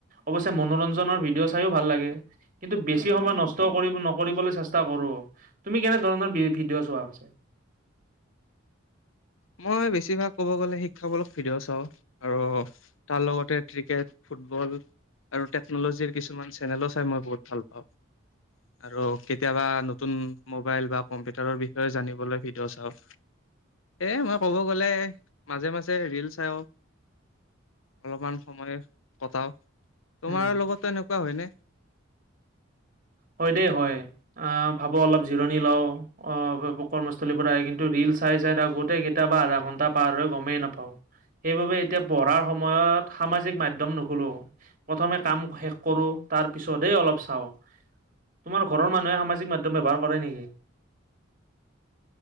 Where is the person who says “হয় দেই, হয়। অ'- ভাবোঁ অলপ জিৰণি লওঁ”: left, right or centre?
Right